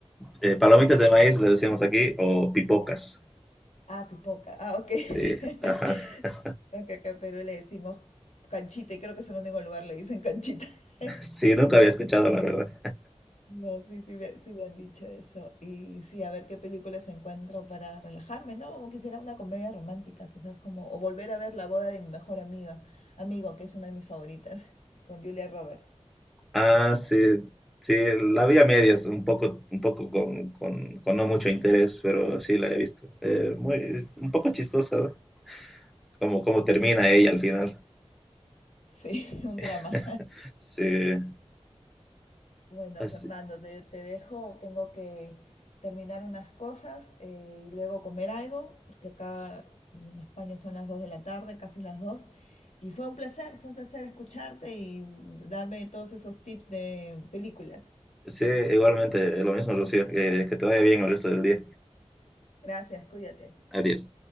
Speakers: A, in the centre; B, on the left.
A: eh, palomitas de maíz, le decíamos aquí, o pipocas.
B: Ah, pipoca. Ah, ok.
A: Sí, ajá.
B: <laughs>
A: <laughs>
B: Acá, acá pero le decimos canchita y creo que es el único lugar le dicen canchita. <laughs>
A: Sí, nunca había escuchado, la verdad.
B: No, sí, sí, me- sí me han dicho eso. Y sí, a ver qué películas encuentro para relajarme, ¿no? Como Quisiera una comedia romántica, quizás como, o volver a ver La boda de mi mejor amiga, amigo, que es una de mis favoritas, con Julia Roberts.
A: Ah, sí, sí, la vi a medias, un poco, un poco con, con- con no mucho interés, pero sí la he visto. Eh, muy, un poco chistosa, ¿no? cómo, cómo termina ella al final.
B: Sí, <laughs> un drama.
A: <laughs> Sí,
B: Bueno,
A: así-
B: Fernando, te, te dejo, tengo que terminar unas cosas eh, y luego comer algo, porque acá en España son las 2 de la tarde, casi las 2. Y fue un placer, fue un placer escucharte y darme todos esos tips de películas.
A: sí, igualmente, lo mismo, Rocío, que, que te vaya bien el resto del día.
B: Gracias, cuídate.
A: Adiós.